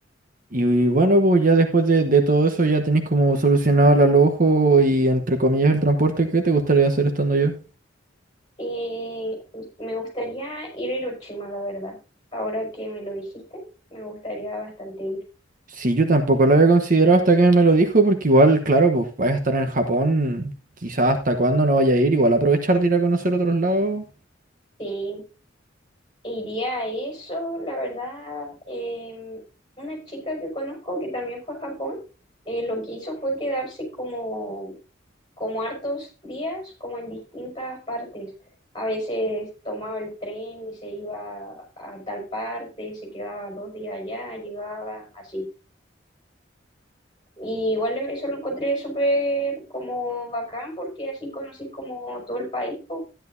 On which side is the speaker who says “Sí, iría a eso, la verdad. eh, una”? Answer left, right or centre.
Left